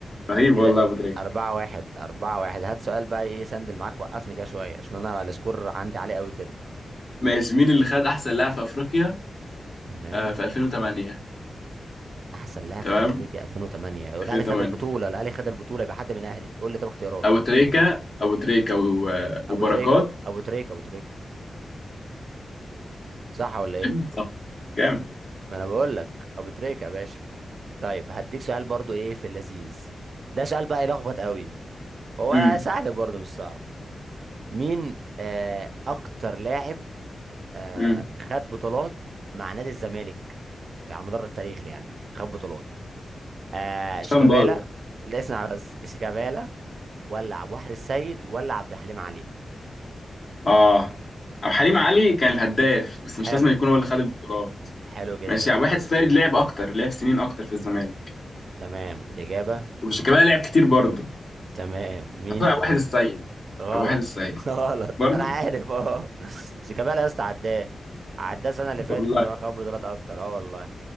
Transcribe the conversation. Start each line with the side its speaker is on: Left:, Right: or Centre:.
Left: رهيب
Right: كده
Left: والله ابو تريكه
Right: أربعة واحد أربعة واحد هات سؤال بقى إيه سندل معاك وقفني كده شوية عشان أنا السكور عندي عالي قوي كده
Left: ماشي مين اللي خد احسن لاعب في افريقيا
Right: تمام
Left: آه في 2008
Right: أحسن لاعب
Left: تمام
Right: في أفريقيا 2008 يقول
Left: 2008
Right: الأهلي خد البطولة الأهلي خد البطولة يبقى حد من الأهلي قول لي طب اختيارات
Left: ابو تريكه ابو تريكه و- وبركات
Right: أبو تريكة أبو تريكة أبو تريكة صح ولا إيه؟
Left: <laughs> صح جامد
Right: ما أنا بقول لك أبو تريكة يا باشا طيب هديك سؤال برضو ايه في اللذيذ ده سؤال بقى يلخبط قوي هو
Left: امم
Right: سهل برضو مش صعب مين آه اكتر لاعب آه
Left: امم
Right: خد بطولات مع نادي الزمالك في على مدار التاريخ يعني خد بطولات آه شيكابالا
Left: سان باولو
Right: لا اسمع بس شيكابالا ولا عبد الواحد السيد ولا عبد الحليم علي
Left: اه او حليم علي كان الهداف بس مش
Right: حلو
Left: لازم يكون هو اللي خد البطولات
Right: حلو جدا
Left: ماشي
Right: ماشي
Left: يعني واحد السيد لعب اكتر لعب سنين اكتر في الزمالك
Right: تمام الإجابة
Left: وشيكابالا لعب كتير برضه
Right: تمام مين
Left: هطلع
Right: طيب
Left: واحد السيد
Right: غلط
Left: او واحد السيد
Right: <laughs> غلط
Left: برضه
Right: انا عارف اه شيكابالا يا اسطى عداه عداه السنه اللي فاتت
Left: والله
Right: ان هو خد بطولات اكتر اه والله